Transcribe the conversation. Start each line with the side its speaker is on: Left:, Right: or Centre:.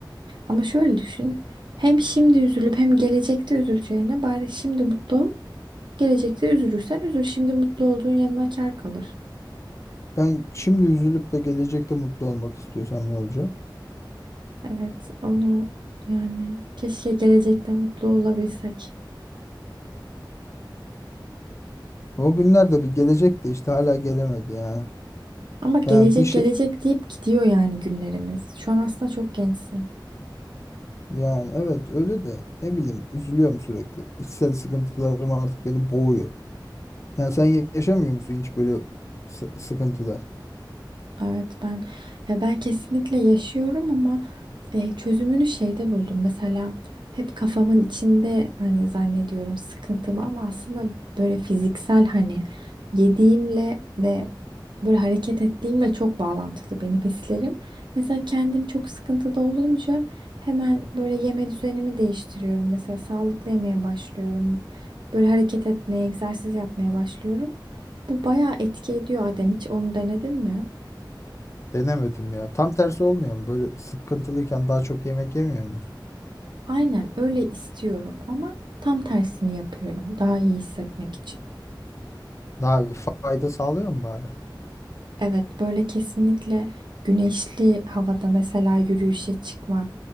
Right: Ama şöyle düşün. Hem şimdi üzülüp hem gelecekte üzüleceğine bari şimdi mutlu ol. Gelecekte üzülürsen üzül. Şimdi mutlu olduğun yanına kâr kalır.
Left: Ben şimdi üzülüp de gelecekte mutlu olmak istiyorsam ne olacak?
Right: Evet, onu yani keşke gelecekte mutlu olabilsek.
Left: O günler de bir gelecek de işte hala gelemedi ya.
Right: Ama gelecek
Left: Yani bir şey
Right: gelecek deyip gidiyor yani günlerimiz. Şu an aslında çok gençsin.
Left: yani evet öyle de ne bileyim üzülüyorum sürekli. İçsel sıkıntılarım artık beni boğuyor. Yani sen yaşamıyor musun hiç böyle sı- sıkıntılar?
Right: Evet ben ya ben kesinlikle yaşıyorum ama e, çözümünü şeyde buldum. Mesela hep kafamın içinde hani zannediyorum sıkıntımı ama aslında böyle fiziksel hani yediğimle ve böyle hareket ettiğimle çok bağlantılı benim hislerim. Mesela kendim çok sıkıntıda olunca hemen böyle yeme düzenimi değiştiriyorum. Mesela sağlıklı yemeye başlıyorum. Böyle hareket etmeye, egzersiz yapmaya başlıyorum. Bu bayağı etki ediyor Adem. Hiç onu denedin mi?
Left: Denemedim ya. Tam tersi olmuyor mu? Böyle sıkıntılıyken daha çok yemek yemiyor muyuz?
Right: Aynen öyle istiyorum ama tam tersini yapıyorum daha iyi hissetmek için.
Left: Daha bir fayda sağlıyor mu bari?
Right: Evet böyle kesinlikle güneşli havada mesela yürüyüşe çıkmak,